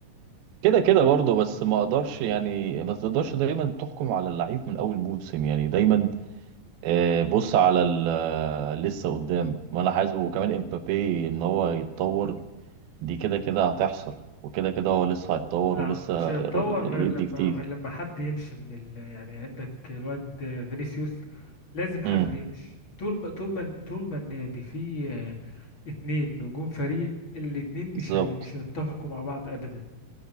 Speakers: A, on the right; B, on the left.
A: كده كده برضه بس ما اقدرش يعني ما تقدرش دايما تحكم على اللعيب من اول موسم يعني دايما آه، بص على ال- آه، لسه قدام وانا عايز هو كمان امبابي ان هو يتطور دي كده كده هتحصل وكده كده هو لسه هيتطور
B: لا
A: ولسه
B: مش هيتطور
A: يدي
B: غير لما
A: كتير
B: غير لما حد يمشي من ال... يعني عندك الواد فينيسيوس لازم حد
A: امم
B: يمشي طول ما طول ما طول ما النادي فيه آه، اتنين نجوم فريق الاتنين
A: بالظبط
B: مش هي... مش هيتفقوا مع بعض ابدا